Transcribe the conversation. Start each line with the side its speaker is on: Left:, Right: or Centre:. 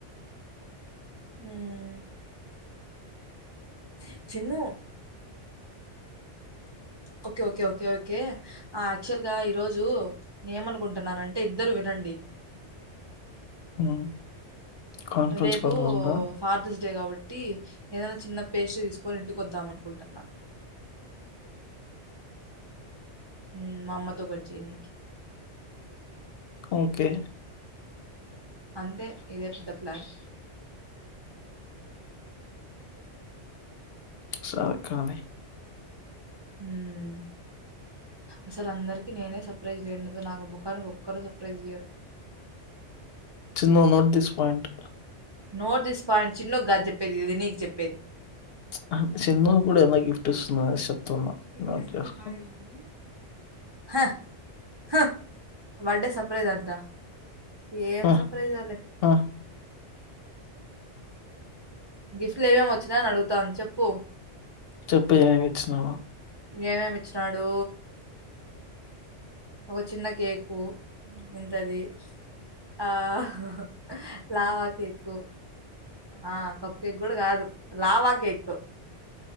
Right: మ్మ్ హ్మ్మ్ Chinnu okay okay okay okay ఆ యాక్చువల్గా ఈ రోజు నేమనుకుంటున్నాను అంటే ఇద్దరు వినండి
Left: మ్మ్ కాన్ఫరెన్స్
Right: రేపు
Left: కాల్లో ఉందా
Right: ఫాదర్స్ డే కాబట్టి ఏదైనా చిన్న పేస్ట్రీ తీసుకొని ఇంటికి వద్దాం అనుకుంటున్నా మ్మ్ మా అమ్మతో కట్ చేయనికి
Left: ఓకే
Right: అంతే ఇదే పెద్ద ప్లాన్
Left: సరే కాని
Right: మ్మ్ అసలు అందరికీ నేనే సర్ప్రైజ్ <inaudible> నాకు ముఖానికి ఒక్కరు సర్ప్రైజ్ ఇయ్యరు
Left: Chinnu note this point
Right: note this point చిన్నుకు కాదు చెప్పేది ఇది నీకు చెప్పేది
Left: ఆహా చిన్ను కూడా ఏదైనా గిఫ్ట్ ఇస్తున్నావ అనేసి చెప్తున్నా
Right: <inaudible>
Left: నోట్ చేసుకో.
Right: హా హా బర్త్డే సర్ప్రైజ్ అంట ఏం
Left: ఆ!
Right: సర్ప్రైజో లే
Left: ఆ
Right: గిఫ్ట్లు ఏమేం వొచ్చినాయని అడుగుతాంది చెప్పు
Left: చెప్పు ఏమేం ఇచ్చినావొ
Right: ఏమేం ఇచ్చినాడు ఒక చిన్న కేకు ఉంటది అహ్ హా హా లావా కేకు ఆ కప్ కేక్ గూడా కదు లావా కేకు